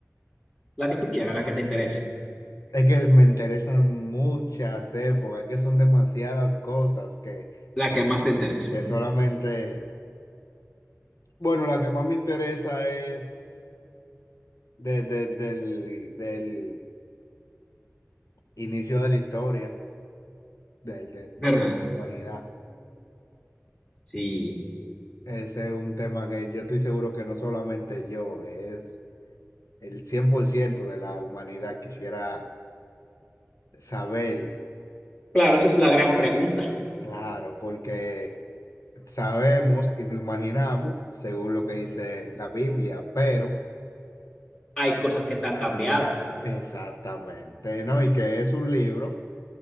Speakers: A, on the left; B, on the left.
A: La que tú quieras, la que te interese.
B: Es que me interesan muchas épocas, es que son demasiadas cosas que,
A: La que más te interese,
B: que solamente. Bueno, la que más me interesa es de, de- del, del inicio de la historia, del, de, de
A: ¿verdad?
B: humanidad.
A: Sí.
B: Ese es un tema que yo estoy seguro que no solamente yo, es el 100% de la humanidad quisiera saber,
A: Claro, esa es la gran pregunta.
B: claro, porque sabemos y nos imaginamos según lo que dice la Biblia, pero
A: Hay cosas que están cambiadas.
B: exactamente, ¿no? Y que es un libro